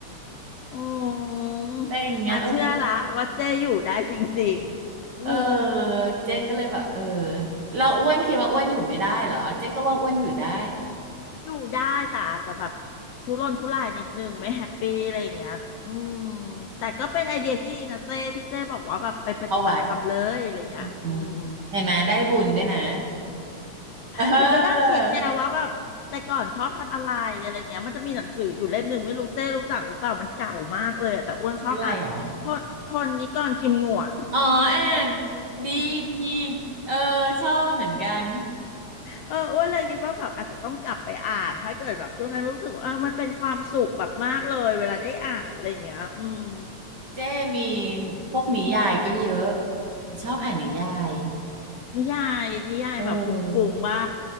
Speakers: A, on the left; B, on the right.
A: อืม
B: อะไรอย่างเงี้ยเออ
A: อ่ะเชื่อละว่าเจ้อยู่ได้จริงๆอืม
B: เออเจ๊ก็เลยแบบเออเราอ้วนคิดว่าอ้วนอยู่ไม่ได้เหรอเจ๊ก็ว่าอ้วนอยู่ได้
A: อยู่ได้แต่อาจจะแบบทุรนทุรายนิดนึงไม่แฮปปี้อะไรอย่างเงี้ยอืมแต่ก็เป็นไอเดียที่ดีนะเจ้ที่เจ้บอกว่าแบบไปปฏิบัติธรรมเลยอะไรอย่างเงี้ยอืม
B: เข้าวัดอืมเห็นไหมได้บุญด้วยนะเอ
A: แต่ก็นั่งคิดไงว่าแบบแต่ก่อนชอบทำอะไรอะไรเงี้ยมันจะมีหนังสืออยู่เล่มหนึ่งไม่รู้เจ้รู้จักหรือเปล่ามันเก่ามากเลยอะแต่อ้วนชอบอ่านพลพลนิกรกิมหงวน
B: อชื่ออะไรเหรออ๋ออ่านดีดีเออชอบเหมือนกัน
A: เอออ้วนเลยคิดว่าแบบอาจจะต้องกลับไปอ่านถ้าเกิดแบบช่วงนั้นรู้สึกว่าเออมันเป็นความสุขแบบมากเลยเวลาได้อ่านอะไรอย่างเงี้ยอืม
B: เจ้มีพวกนิยายก็เยอะชอบอ่านนิยาย
A: นิยายนิยายแบบฟุ้งๆว่า
B: เออ